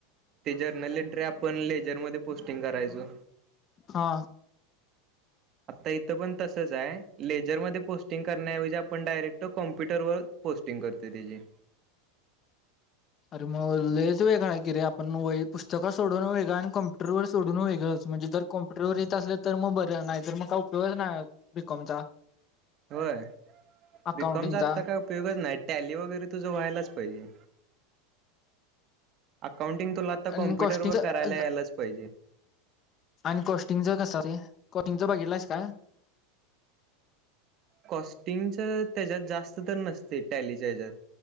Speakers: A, on the right; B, on the left.
A: ते जर्नल एंट्री आपण लेजरमध्ये पोस्टिंग करायचो.
B: हा.
A: <inaudible> आता इथं पण तसंच हाय, लेजरमध्येध्ये पोस्टिंग करण्याऐवजी आपण डायरेक्ट कॉम्प्युटरवर पोट टिंग कर ते ते त्याचे.
B: अरे मं लेच वेगळां आहे की रे, आपण व्हई पुस्तकं सोडून वेगळ आणि कम्प्युटरवर सोडून वेगळंच. म्हणजे तर कॉम्प्युटर येत असेल, तर मग बरं नाहीतर मग काय उपयोग नाही बीकॉम चा.
A: होय
B: अकाउंटिंगचा
A: बीकॉमचा आत्ता काय उपयोगच नाही. टॅली वगैरे तुझं व्हायलाच पाहिजे अत काउंटिंग तुला आता
B: आणि
A: कॉम्प्युटरवर
B: कॉस्टिंगच
A: करायला यालाच पाहिजे.
B: आणि कॉस्टिंगचा कसा रे कोटिंग बघितलास का.
A: कॉस्टिंगच त्याच्यात जास्त तर नसते टॅलीच्या ह्याच्यात.